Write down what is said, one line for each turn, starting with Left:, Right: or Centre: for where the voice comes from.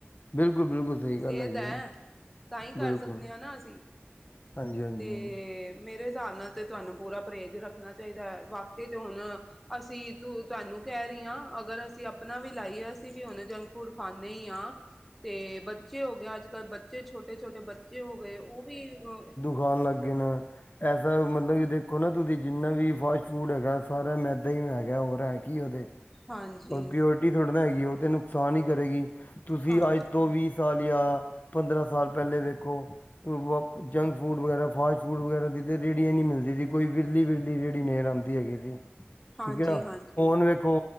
Left: ਬਿਲਕੁਲ ਬਿਲਕੁਲ ਸਹੀ ਗੱਲ
Centre: ਸੇਹਤ
Left: ਹੈਗੀ
Centre: ਹੈ, ਤਾਂ ਈ ਕਰ
Left: ਬਿਲਕੁਲ।
Centre: ਸਕਦੇ ਹਾਂ ਨਾ ਅਸੀਂ।
Left: ਹਾਂਜੀ ਹਾਂਜੀ
Centre: ਤੇ
Left: ਹੂੰ
Centre: ਮੇਰੇ ਹਿਸਾਬ ਨਾਲ ਤੇ ਤੁਹਾਨੂੰ ਪੂਰਾ ਪਰੇਜ਼ ਰੱਖਣਾ ਚਾਈਦਾ ਐ, ਬਾਕਿ ਤਾ ਹੁਣ ਅਸੀਂ ਤੁ ਤੁਹਾਨੂੰ ਕੈਹ ਰਹੀ ਆ, ਅਗਰ ਅਸੀਂ ਆਪਣਾ ਵੀ ਲਾਈਏ, ਅਸੀਂ ਵੀ ਹੁਨ ਜੰਕ ਫੂਡ ਖਾਂਨੇ ਈ ਆ, ਤੇ ਬੱਚੇ ਹੋ ਗਏ ਅੱਜ -ਕੱਲ ਬੱਚੇ ਛੋਟੇ- ਛੋਟੇ ਬੱਚੇ ਬੱਚੇ ਹੋ ਗਏ, ਓਹ ਵੀ---ਅ,
Left: ਖਾਨ ਲਾਗੇ ਨੇ ਐਸੇ ਅ, ਮਤਲਬ ਕੀ, ਦੇਖੋ ਨਾ ਤੁਸੀਂ ਜਿੰਨਾ ਵੀ ਫਾਸਟ -ਫੂਡ ਹੈਗਾ, ਸਾਰਾ ਮੈਦਾ ਈ ਹੈਗਾ, ਹੋਰ ਹੈ ਕੀ ਓਹਦੇ ਵਿੱਚ-
Centre: ਹਾਂਜੀ
Left: ਪਿਓਰਟੀ ਥੋੜ੍ਹੀ ਨਾ ਹੈਗੀ, ਓ ਤੇ ਨੁਕਸਾਨ ਈ ਕਰੇਗੀ ਤੁਸੀਂ
Centre: ਹਾਂਜੀ
Left: ਅੱਜ ਤੋਂ ਵੀ ਸਾਲ ਜਾਂ ਪੰਦਰਾਂ ਸਾਲ ਪੇਲੇ ਵੇਖੋ। ਜੰਕ ਫੂਡ ਵਗੈਰਾ -ਫਾਸਟ ਫੂਡ ਵਗੈਰਾ ਦੀ ਤਾਂ ਰੇਹੜੀ ਈ ਨਈ ਮਿਲਦੀ ਸੀ, ਕੋਈ ਵਿਰਲੀ -ਵਿਰਲੀ ਰੇਹੜੀ ਨਜਰ ਆਂਦੀ, ਹੈਗੀ ਸੀ ਠੀਕ
Centre: ਹਾਂਜੀ
Left: ਹੈ ਨਾ,
Centre: ਹਾਂਜੀ
Left: ਹੁਣ ਵੇਖੋ